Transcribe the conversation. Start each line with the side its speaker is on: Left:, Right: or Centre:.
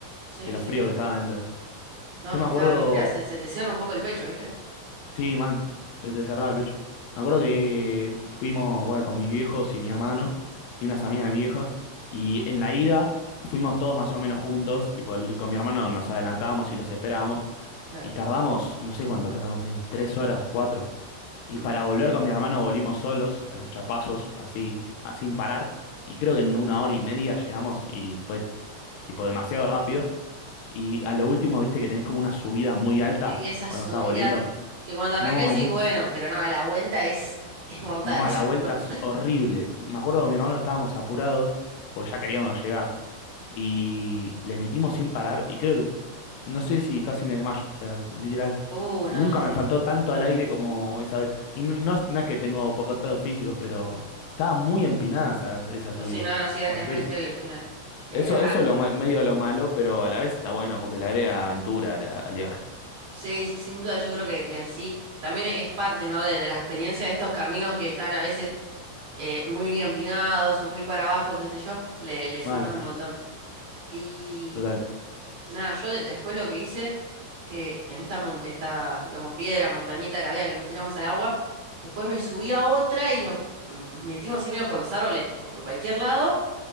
Right: Sí,
Left: de lo
Right: sí,
Left: frío
Right: sí.
Left: que estaba adentro.
Right: No,
Left: Yo
Right: es
Left: me
Right: que
Left: acuerdo,
Right: estaba muy fría, se, se te cierra un poco el pecho, ¿viste?
Left: sí, man, se te cerraba el pecho. Me acuerdo que fuimos, bueno, con mis viejos y mi hermano y unas amigas de mi vieja. Y en la ida fuimos todos más o menos juntos. Tipo, el- con mi hermano nos adelantábamos y los esperábamos.
Right: Claro,
Left: Y
Right: sí.
Left: tardamos, no sé cuánto tardamos, eh, tres horas, cuatro. Y
Right: Mm.
Left: para volver con mi hermano volvimos solos, a los chapazos, así, así sin parar. Y creo que en una hora y media llegamos y fue tipo demasiado rápido. Y a lo último, viste que tenés como una subida muy alta
Right: Sí, esa
Left: cuando
Right: subida
Left: estás volviendo.
Right: que cuando arranqué
Left: No,
Right: decís,
Left: en es,
Right: bueno, pero no, a la vuelta es, es mortal
Left: no,
Right: esa.
Left: a la vuelta
Right: <laughs>
Left: es horrible. Me acuerdo que mi hermano estábamos apurados, porque ya queríamos llegar, y le metimos sin parar, y creo que, no sé si casi me desmayo, o sea, literal,
Right: Uh, no,
Left: nunca
Right: no, sí.
Left: me faltó tanto al aire como esa vez. Y no, no es no es que tengo pocos estados físicos, pero estaba muy empinada esa, esa
Right: O
Left: subida.
Right: sea, nada, sí, es
Left: Horrible.
Right: re heavy al final. Eh,
Left: Eso,
Right: ah,
Left: eso es lo, ma- medio lo malo, pero a la vez está bueno, porque le agrega aventura a la- al viaje.
Right: sí, sí, sin duda, yo creo que, que sí. También es parte, ¿no? De, de la experiencia de estos caminos que están a veces eh, muy bien pinados o muy para abajo, qué sé yo, le, le suman
Left: Mal,
Right: un montón. Y
Left: total.
Right: nada, yo de- después lo que hice, que en esta, mon- esta, digamos, piedra, montañita que había que nos tiramos al agua, después me subí a otra y nos, nos metimos así medio por los árboles, tipo, por cualquier lado.